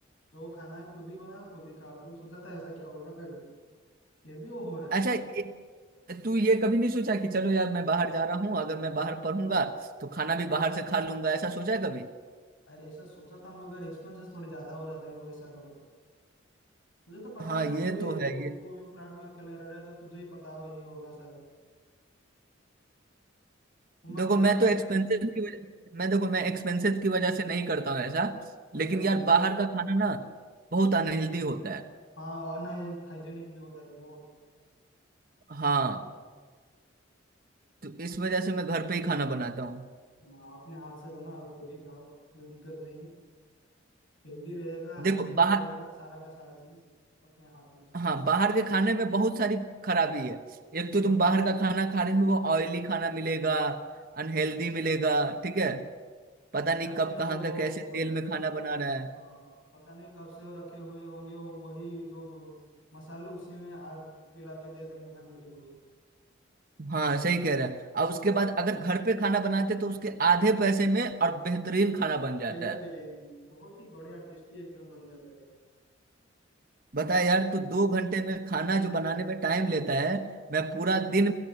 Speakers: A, on the left; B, on the right.
A: जो खाना है खुद ही बनाओ खुद ही खाओ कभी सोचा था ऐसा क्या होगा कभी फिर भी वो हो रहा है
B: अच्छा ये- तू ये कभी नहीं सोचा कि चलो यार मैं बाहर जा रहा हूँ अगर मैं बाहर पढ़ूंगा तो खाना भी बाहर से खा लूंगा ऐसा सोचा है कभी
A: अरे ऐसा सोचा था मगर एक्सपेंसेस थोड़ी ज्यादा हो जाते हैं वैसा करो तो मुझे तो पता
B: हाँ
A: है
B: ये
A: तू भी
B: तो है
A: तू
B: ये
A: तू भी फ्लैट में अकेला रह रहा है तो तुझे ही पता हो ही होगा शायद तुम्हारे
B: देखो
A: वहाँ
B: मैं तो एक्सपेंसेस की वजह मैं देखो मैं एक्सपेंसेस की वजह से नहीं करता हूँ ऐसा
A: अच्छा
B: लेकिन यार बाहर का खाना ना बहुत अनहेल्दी होता है
A: हाँ अनहाइजेनिक भी होता है बहुत
B: हाँ तो इस वजह से मैं घर पे ही खाना बनाता हूँ
A: हाँ, अपने हाथ से बनाओ खुद ही खाओ कोई दिक्कत नहीं है हेल्दी रहेगा
B: देखो
A: हाइजेनिक
B: बाहर
A: रहेगा सारा का सारा चीज अपने हाथों से
B: हाँ बाहर के खाने में बहुत सारी खराबी है एक
A: हम्म
B: तो तुम बाहर का खाना खा रहे हो ऑयली खाना मिलेगा अनहेल्दी मिलेगा ठीक है पता
A: पता
B: नहीं कब
A: नहीं
B: कहाँ
A: वो
B: का कैसे तेल में खाना बना रहा है
A: हाँ पता नहीं कब से वो रखे हुए होंगे वो वही जो ब- मसाले उसी में आड़ मिला के दे देंगे खाने के लिए
B: हाँ सही कह रहा
A: हाँ
B: है और उसके बाद अगर घर पे खाना बनाते तो उसके आधे पैसे में और बेहतरीन खाना बन जाता
A: बेहतरीन
B: है
A: बहुत ही बढ़िया टेस्टी एकदम बन जाता है
B: बता यार तू दो घंटे में खाना जो बनाने में टाइम लेता है मैं पूरा दिन